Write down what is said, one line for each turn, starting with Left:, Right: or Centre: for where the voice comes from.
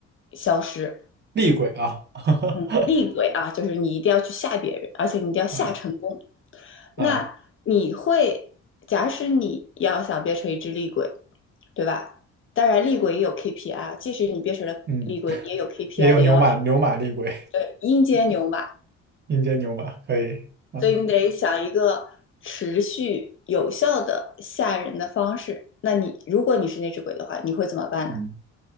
Left: 消失。
Right: 厉鬼啊，<laughs>
Left: 嗯，厉鬼啊，就是你一定要去吓别人，而且你一定要吓成功。
Right: 啊啊，
Left: 那你会，假使你要想变成一只厉鬼，对吧？当然，厉鬼也有 KPI，即使你变成了厉鬼，
Right: 嗯，
Left: 你也有 KPI
Right: 也有牛马牛马厉鬼，
Left: 的要求。对，阴间牛马，
Right: 阴间牛马可以，嗯
Left: 所以你得想一个持续有效的吓人的方式。那你如果你是那只鬼的话，你会怎么办呢？
Right: 嗯，